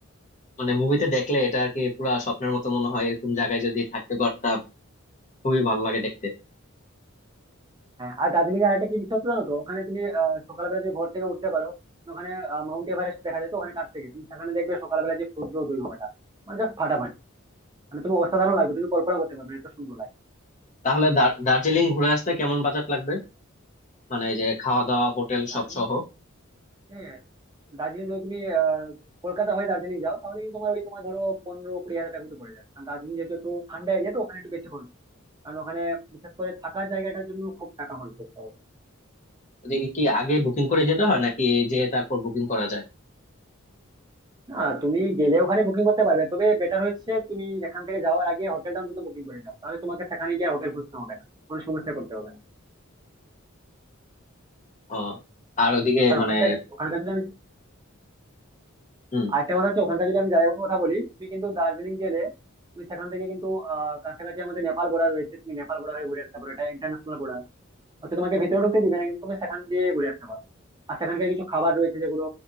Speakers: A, on the left; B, on the right.
A: মানে মুভিতে দেখলে এটা আর কি পুরা স্বপ্নের মতো মনে হয় এরকম জায়গায় যদি থাকতে পারতাম খুবই ভালো লাগে দেখতে
B: আর দার্জিলিং এর আরেকটা কি বিশেষত্ব জানো তো ওখানে তুমি আহ, সকালবেলা যদি ভোর থেকে উঠতে পারো ওখানে মাউন্ট এভারেস্ট দেখা যায় তো ওখানে কাছ থেকে তুমি সেখানে দেখবে সকালবেলা যে সূর্য উদয় হওয়াটা মানে জাস্ট ফাটাফাটি মানে তুমি অসাধারণ লাগবে তুমি কল্পনা করতে পারবে না, এত সুন্দর লাগবে
A: তাহলে দার- দার্জিলিং ঘুরে আসতে কেমন বাজেট লাগবে মানে এই যে খাওয়া দাওয়া হোটেল
B: দার্জিলিং
A: সব সহ
B: হ্যাঁ, দার্জিলিং যদি তুমি আহ, কলকাতা হয়ে দার্জিলিং যাও তাহলে কিন্তু তোমার ওই তোমার ধরো পনেরো কুড়ি হাজার টাকা মতো পড়ে যাবে কারণ দার্জিলিং যেহেতু একটু ঠান্ডা এরিয়া তো ওখানে একটু বেশি খরচ কারণ ওখানে বিশেষ করে থাকার জায়গাটার জন্য খুব টাকা খরচ করতে হবে
A: ওদিকে কি আগে বুকিং করে যেতে হয় নাকি যে তারপর বুকিং করা যায়
B: না তুমি গেলে ওখানে বুকিং করতে পারবে তবে বেটার হচ্ছে তুমি এখান থেকে যাওয়ার আগে হোটেলটা অন্তত বুকিং করে যাও তাহলে তোমাকে সেখানে গিয়ে হোটেল খুঁজতে হবে না কোনো সমস্যা করতে হবে না
A: ও, আর ওদিকে
B: আর
A: মানে
B: ওখানকার ওখানকার যদি আমি
A: হুম
B: আরেকটা কথা হচ্ছে ওখানকার যদি আমি জায়গাগুলোর কথা বলি তুমি কিন্তু দার্জিলিং গেলে তুমি সেখান থেকে কিন্তু আহ কাছাকাছি আমাদের নেপাল বর্ডার রয়েছে তুমি নেপাল বর্ডার হয়ে ঘুরে আসতে পারো এটা ইন্টারন্যাশনাল বর্ডার হয়তো তোমাকে ভেতরে ঢুকতে দিবে না কিন্তু তুমি সেখান দিয়ে ঘুরে আসতে পারো আর সেখানকার কিছু খাবার রয়েছে যেগুলো